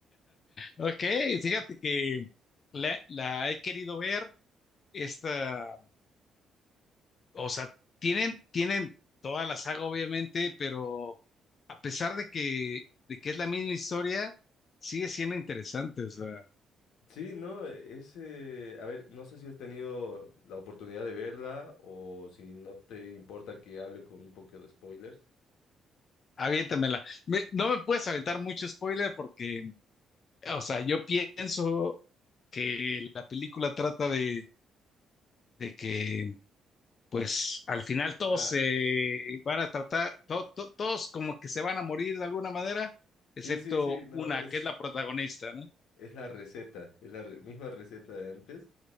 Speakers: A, on the left (about 50°); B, on the left (about 85°).
A: Ok, fíjate que la, la he querido ver, esta, o sea, tienen, tienen toda la saga obviamente, pero a pesar de que, de que es la misma historia, sigue siendo interesante, o sea,
B: Sí, no, e, es, eh, a ver, no sé si has tenido la oportunidad de verla o si no te importa que hable con un poco de spoilers.
A: aviéntamela. Me- no me puedes aventar mucho spoiler porque, o sea, yo pienso que la película trata de, de que pues al final todos
B: Ah,
A: se van a tratar, to- to- todos como que se van a morir de alguna manera,
B: sí,
A: excepto
B: sí, sí, no,
A: una,
B: es...
A: que es la protagonista, ¿no?
B: Es la receta, es la re- misma receta de antes.